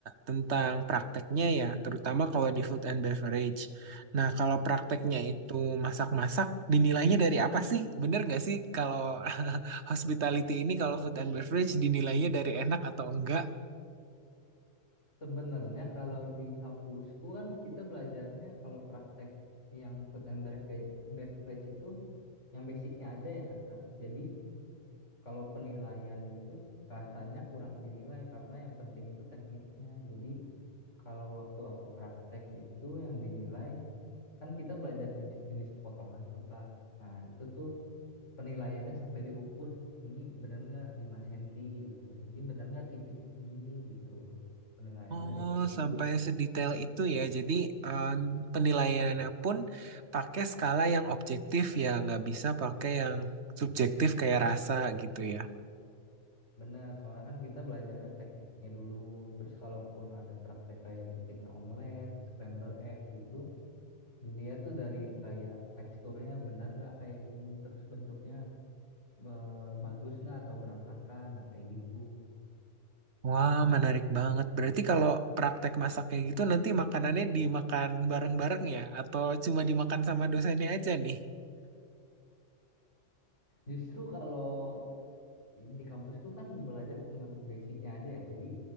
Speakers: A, on the right; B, on the left.
A: tentang prakteknya ya, terutama kalau di food and beverage. Nah, kalau prakteknya itu masak-masak, dinilainya dari apa sih? Bener nggak sih kalau <laughs> hospitality ini, kalau food and beverage dinilainya dari enak atau enggak?
B: Sebenarnya kalau di kampusku kan kita belajarnya kalau praktek yang food and beverage, beverage itu yang basicnya aja ya kan Kak. Jadi kalau penilaian itu rasanya kurang dinilai karena yang penting itu tekniknya. Jadi kalau waktu aku praktek itu yang dinilai kan kita belajar jenis-jenis potongan tuh Kak. Nah itu tuh penilaiannya sampai diukur ini benar nggak lima cm gitu. Ini benar nggak tipisnya segini gitu. Penilaian
A: Oh,
B: dari situ.
A: sampai sedetail itu ya. Jadi eh, penilaiannya pun pakai skala yang objektif ya, nggak bisa pakai yang subjektif kayak rasa gitu ya.
B: Benar, soalnya kan kita belajarnya tekniknya dulu. Terus kalaupun ada praktek kayak bikin omelet, scramble egg gitu, dilihat tuh dari kayak teksturnya benar nggak kayak gini, terus bentuknya eh, bagus nggak atau berantakan, nah kayak gitu.
A: Wah, menarik banget. Berarti kalau praktek masak kayak gitu nanti makanannya dimakan bareng-bareng ya? Atau cuma dimakan sama dosennya aja nih?
B: Justru kalau di kampusku kan belajar cuman basicnya aja ya. Jadi